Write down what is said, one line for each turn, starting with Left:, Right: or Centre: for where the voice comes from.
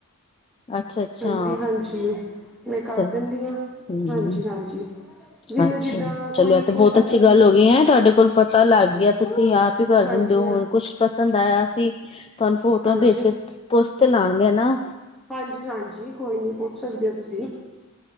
Left: ਅੱਛਾ ਅੱਛਾ
Centre: ਹਾਂਜੀ- ਹਾਂਜੀ। ਮੈਂ ਕਰ
Left: ਸਹੀ
Centre: ਦਿੰਦੀ ਹਾਂ,
Left: ਹਮ
Centre: ਹਾਂਜੀ- ਹਾਂਜੀ। ਜਿਹਨੂੰ
Left: ਅੱਛਾ
Centre: ਜਿੱਦਾਂ
Left: ਜੀ ਚਲੋ,
Centre: ਕੋਈ
Left: ਇਹ
Centre: ਕੋਈ
Left: ਤੇ ਬਹੁਤ
Centre: ਕੱਲ
Left: ਅੱਛੀ ਗੱਲ ਹੋ ਗਈ ਹੈ। ਤੁਹਾਡੇ ਕੋਲ ਪਤਾ ਲੱਗ ਗਿਆ ਤੁਸੀਂ ਆਪ ਕਰ
Centre: ਹਾਂਜੀ
Left: ਦਿੰਦੇ ਹੋ।
Centre: ਹਾਂ
Left: ਹੁਣ ਕੁਛ ਪਸੰਦ ਆਇਆ ਅਸੀਂ ਤੁਹਾਨੂੰ ਫੋਟੋਆਂ
Centre: ਹਾਂਜੀ
Left: ਭੇਜ ਕੇ ਪੁਛ ਤੇ ਲਾਂਗੇ ਨਾ।
Centre: ਹਾਂਜੀ -ਹਾਂਜੀ ਕੋਈ ਨਹੀਂ ਪੁੱਛ ਸਕਦੇ ਹੋ ਤੁਸੀਂ।